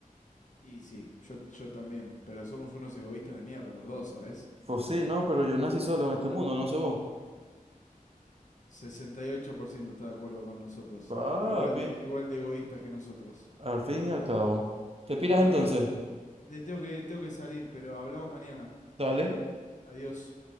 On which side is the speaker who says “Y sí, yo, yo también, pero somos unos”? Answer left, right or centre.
Left